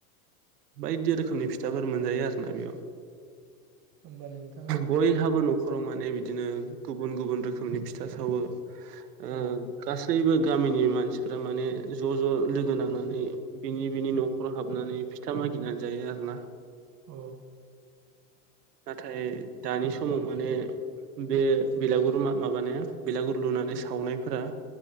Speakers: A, on the right (about 80°); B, on the right (about 40°).
A: बायदि रोखोमनि फिथाफोर मोनजायो आरो ना बेयाव
B: होमबा नोंथां
A: बयहाबो नख नखराव माने बिदिनो गुबुन गुबुन रोखोमनि फिथा सावो ओ
B: औ
A: गासैबो गामिनि मानसिफ्रा बिनि बिनि नखराव हाबनानै फिथा मागिनानै जायो आरो ना
B: औ
A: नाथाय दानि समाव माने बे बेलागुर मा माबानाया बेलागुर लुनानै
B: उम
A: सावनायफोरा